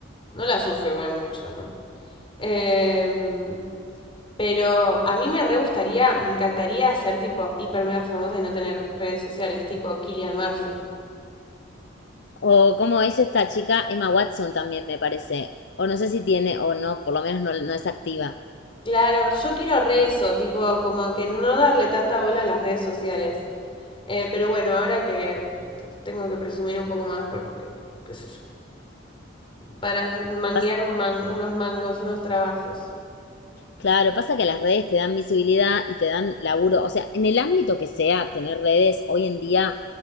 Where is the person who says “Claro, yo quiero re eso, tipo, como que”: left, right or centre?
Left